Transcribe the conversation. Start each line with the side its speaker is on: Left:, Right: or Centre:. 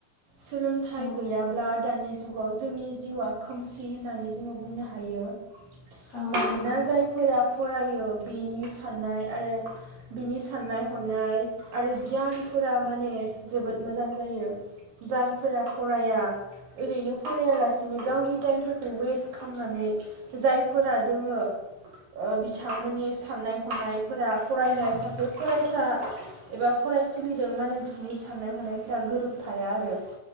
Right: सोलोंथाइ
Left: औ
Right: गैयाब्ला दानि जुग जुगाव जोंनि जिउआ खोमसि होननानै जोङो बुंनो हायो।
Left: औ
Right: मानोना
Left: नंगौ
Right: जायफोरा फरायो बिनि साननाय आरो बिनि साननाय हनाय आरो गियानफोरा माने जोबोद मोजां जायो जायफोरा फराया ओरैनो फरायालासिनो गावनि टाइमफोरखौ वेस्ट खामनानै जायफोरा दोङो ओ बिथांमोननि साननाय हनायफोरा फरायनाय सासे फरायसा एबा फरायसुलिदों माने बिसिनि साननाय हनायफोरा गोरोबफाया आरो